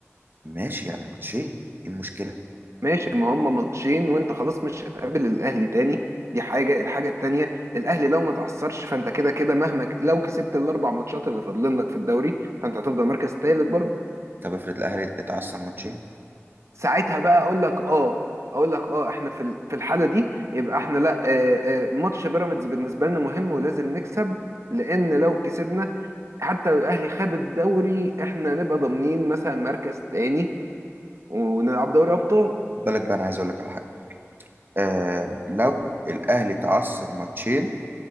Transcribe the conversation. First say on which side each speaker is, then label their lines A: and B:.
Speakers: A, on the right (about 45°); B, on the right (about 70°).
A: ماشي يعني ماتشين إيه المشكله
B: ماشي ما هم ماتشين وانت خلاص مش هتقابل الاهلي تاني دي حاجه الحاجه التانيه الاهلي لو ما تعثرش فانت كده كده مهما ك- لو كسبت الاربع ماتشات اللي فاضلين لك في الدوري فانت هتفضل مركز تالت برضه
A: طب افرض الاهلي اتعثر ماتشين
B: ساعتها بقى اقول لك اه اقول لك اه احنا في ال- في الحاله دي يبقى احنا لا آه، آه، ماتش بيراميدز بالنسبه لنا مهم ولازم نكسب لان لو كسبنا حتى لو الاهلي خد الدوري احنا نبقى ضامنين مثلا مركز تاني ونلعب دوري ابطال
A: بالك بقى انا عايز اقول لك على حاجه آه لو الاهلي تعثر ماتشين